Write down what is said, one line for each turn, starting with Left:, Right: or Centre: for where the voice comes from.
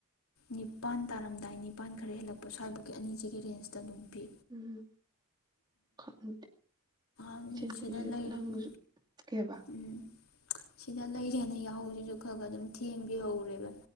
Left: ꯅꯤꯄꯜ ꯇꯥꯔꯝꯗꯥꯏ ꯅꯤꯄꯥꯟ ꯈꯔ ꯍꯦꯜꯂꯛꯄ ꯁ꯭ꯋꯥꯏꯐꯕꯨꯀꯤ ꯑꯅꯤꯁꯤꯒꯤ ꯔꯦꯟꯖꯇ ꯑꯗꯨꯝ ꯄꯤ
Right: ꯎꯝ ꯈꯪꯗꯦ
Left: ꯑꯗꯨ
Right: ꯏꯆꯦ
Left: <unintelligible> ꯁꯤꯗ
Right: ꯅꯪꯁꯨ
Left: ꯂꯩꯔꯝꯃꯤ
Right: ꯅꯪꯁꯨ ꯀꯩꯕ
Left: ꯎꯝ꯫ ꯁꯤꯗ ꯂꯩꯔꯦꯅ ꯌꯥꯎꯍꯧꯔꯤꯁꯨ ꯈꯔ- ꯈꯔ ꯑꯗꯨꯝ ꯊꯦꯡꯕꯤꯍꯧꯔꯦꯕ꯫